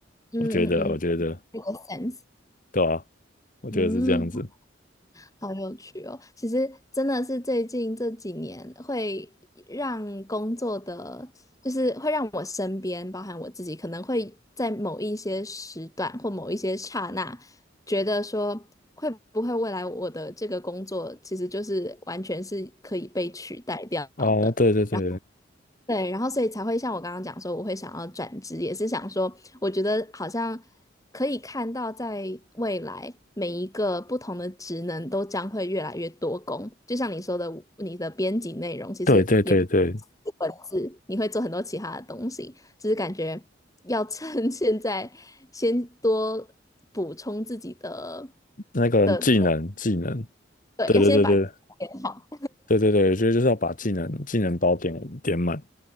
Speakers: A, on the left; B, on the left.
A: 嗯嗯嗯，
B: 我觉得，我觉得，
A: 这个 sense，
B: 对啊，我觉得是这样子。
A: 嗯，好有趣哦。其实真的是最近这几年会让工作的，就是会让我身边，包含我自己，可能会在某一些时段或某一些刹那，觉得说会不会未来我的这个工作其实就是完全是可以被取代掉的。
B: 哦，对对对，
A: 然对，然后所以才会像我刚刚讲说，我会想要转职，也是想说，我觉得好像可以看到，在未来每一个不同的职能都将会越来越多工。就像你说的，你的编辑内容其实也不是
B: 对对对对，
A: 文字，你会做很多其他的东西，只是感觉要趁 <laughs> 现在先多补充自己的
B: 那个技能技能，
A: 的，对，
B: 对对对对。
A: 要先把。练好。
B: 对对对，我觉得就是要把技能技能包点点满，